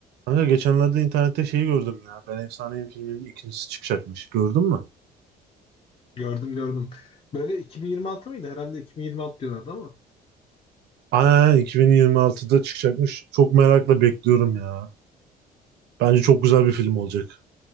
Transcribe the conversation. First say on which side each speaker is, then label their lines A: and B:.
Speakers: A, on the right (about 75°); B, on the left (about 30°).
A: Kanka geçenlerde internette şeyi gördüm ya. Ben Efsaneyim filminin ikincisi çıkacakmış. Gördün mü?
B: Gördüm gördüm. Böyle 2026 mıydı? Herhalde 2026 diyorlardı ama.
A: Aynen 2026'da çıkacakmış. Çok merakla bekliyorum ya. Bence çok güzel bir film olacak.